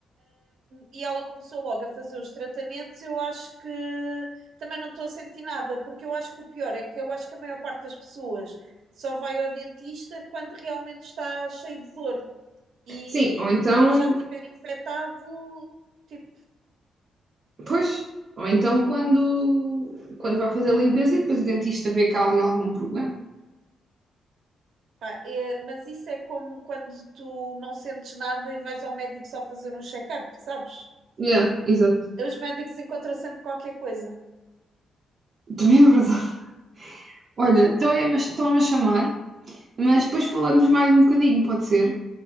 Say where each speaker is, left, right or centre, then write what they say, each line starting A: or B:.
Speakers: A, on the right; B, on the right.
A: e ela começou logo a fazer os tratamentos. Eu acho que também não estou a sentir nada, porque eu acho que o pior é que eu acho que a maior parte das pessoas só vai ao dentista quando realmente está cheio de dor e
B: Sim, ou então,
A: se já tiver infectado, tipo,
B: pois, ou então quando, quando vai fazer a limpeza e depois o dentista vê que há ali algum problema.
A: Pá, é, mas isso é como quando tu não sentes nada e vais ao médico só fazer um check-up, sabes?
B: Yeah, exato.
A: Os médicos encontram sempre qualquer coisa.
B: Também é verdade. Olha, então é, mas- estão-me a chamar, mas depois falamos mais um bocadinho, pode ser?